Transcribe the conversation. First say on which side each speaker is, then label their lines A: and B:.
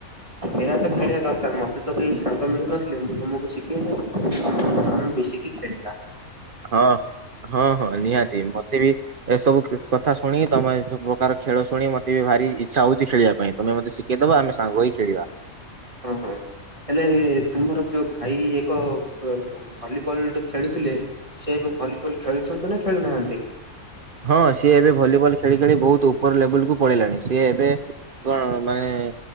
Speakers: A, on the right; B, on the right.
A: ଏହା ତ ଖେଳିବା ଦରକାର। ମତେ ତ କେହି ସାଙ୍ଗ ମିଳୁନଥିଲେ। ମୁଁ ତମକୁ ଶିଖେଇ ଦେବି। ଆମେ ମିଶିକି ଛେଇତା
B: ହଁ ହଁ ହଁ, ନିହାତି ମତେ ବି ଏସବୁ କଥା ଶୁଣି ତମେ ସବୁ ପ୍ରକାର ଖେଳ ଶୁଣି ମତେ ବି ଭାରି ଇଚ୍ଛା ହଉଛି ଖେଳିବା ପାଇଁ? ତମେ ମତେ ସିକ୍ କିଏ ଦବ? ଆମେ ସାଙ୍ଗ ହୋଇ ଖେଳିବା।
A: ହଁ ହଁ। ହେଲେ, ତୁମର ଯୋଉ ଭାଇ ଏକ କ-କ ଭଲିବଲ୍ ଖେଳୁଥିଲେ? ସେ ଏବେ ଭଲିବଲ ଖେଳୁଛନ୍ତି ନା ଖେଳୁନାହାଁନ୍ତି?
B: ହଁ, ସିଏ ଏବେ ଭଲିବଲ୍ ଖେଳି ଖେଳି ବହୁତ ଉପର ଲେବୁଲକୁୁ ପଳେଇିଲାଣି। ସିଏ ଏବେ କଣ ମାନେ-ଏଁ